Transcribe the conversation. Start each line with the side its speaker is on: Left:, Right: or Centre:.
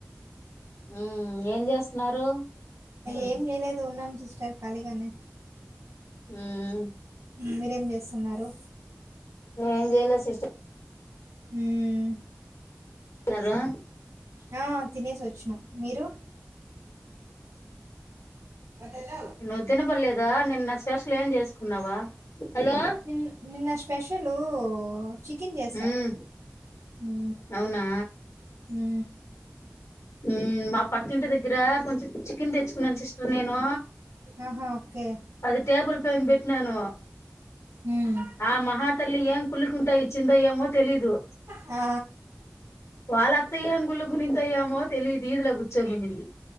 Left: హ్మ్ ఏం చేస్తున్నారు
Right: ఏం చేయలేదు ఉన్నాం సిస్టర్ ఖళీగానే
Left: హ్మ్
Right: మీరేం జేస్తున్నారూ
Left: ఏం చేయలే సిస్టర్
Right: హ్మ్
Left: సరా
Right: ఆ తినేసొచ్చినం మీరూ వ తెల్లో
Left: నువ్ తినపల్లేదా నిన్న సెర్చ్లో ఏం జేస్కున్నవో హలో
Right: నిన్ నిన్న స్పెషలూ చికిన్ జేస్యా
Left: ఉమ్
Right: ఊ
Left: అవునా
Right: ఊ
Left: ఉమ్మ్ పక్కింటి దెగ్గరా కొంచె చికెన్ దెచ్చుకున్నాన్ సిస్టర్ నేనూ
Right: ఆహా ఓకే
Left: అది టేబుల్ పైన్ పెట్న్యానూ
Right: మ్మ్
Left: ఆ మహా తల్లి ఏం కుళ్లుకుంటా ఇచ్చిందో ఏమో తెలీదూ
Right: ఆ
Left: వాళ్ళత్తయ్యంగుళ్లుగునిందో ఏమో తెలీదు ఈదులో కూర్చోంనింది